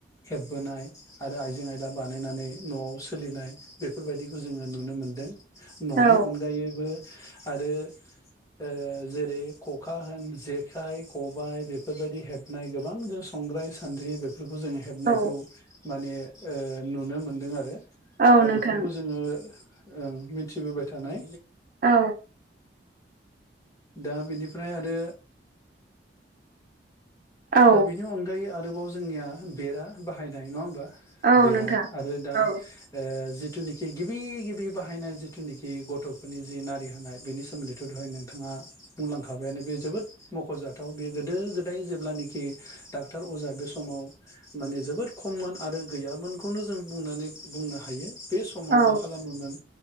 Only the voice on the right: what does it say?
औ
औ
औ
नोंथां
औ
औ
औ
नोंथां
औ
औ